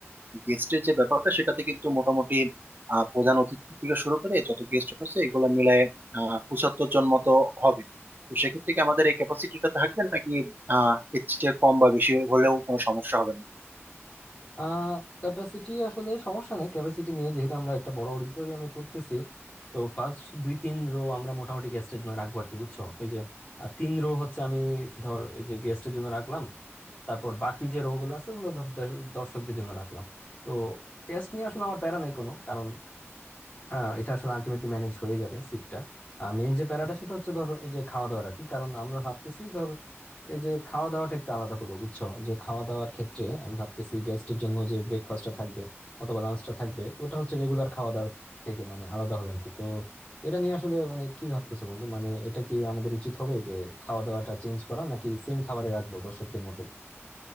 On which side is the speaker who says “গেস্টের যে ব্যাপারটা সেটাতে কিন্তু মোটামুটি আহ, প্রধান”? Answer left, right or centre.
Right